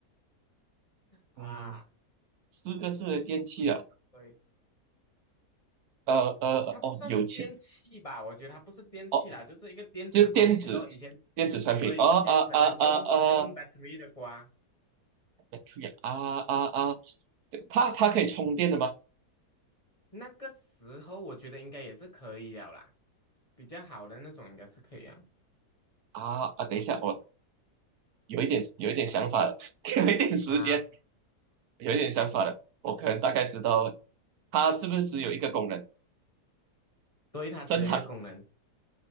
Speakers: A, on the right; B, on the left.
A: <laughs>
B: 啊，
A: 嗯，四个字的电器啊，
B: 对，
A: 呃呃哦，
B: 它不算是电器吧？
A: 有钱。
B: 我觉得它不是电器啦，
A: 哦。
B: 就是一个电子东西咯。
A: 就电子
B: 以前
A: 电子产品啊啊啊啊啊
B: 对，以前可能用用 battery 的瓜。
A: b a 啊啊啊啊，它它可以充电的吗？
B: 那个时候我觉得应该也是可以了啦，比较好的那种应该是可以啊。
A: 啊啊，等一下，我有一点有一点想法了，<laughs> 给我一点时间，
B: 啊，
A: 有一点想法了，我可能大概知道它是不是只有一个功能，
B: 对，它只有一个功能，
A: 正常，